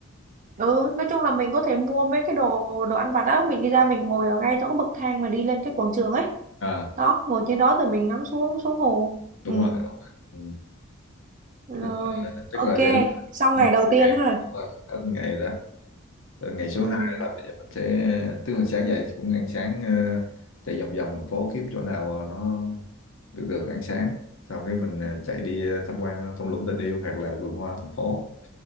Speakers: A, on the right; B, on the left.
A: ừ nói chung là mình có thể mua mấy cái đồ đồ ăn vặt đó mình đi ra mình ngồi ở ngay chỗ cái bậc thang mà đi lên cái quảng trường ấy
B: à
A: đó ngồi trên đó rồi mình ngắm xuống xuống hồ
B: đúng
A: ừ
B: rồi đúng rồi. ừ.
A: rồi
B: tức là, tức
A: ok
B: là vậy là
A: xong
B: hết
A: ngày đầu tiên
B: ngày,
A: ha
B: rồi, hết ngày đó Rồi ngày số
A: ừ
B: 2 là bây giờ mình sẽ tức là sáng dậy cũng ăn sáng ờ, chạy vòng vòng thành phố kiếm chỗ nào ờ, nó được được ăn sáng xong cái mình ờ, chạy đi ờ, tham quan thung lũng tình yêu hoặc là vườn hoa thành phố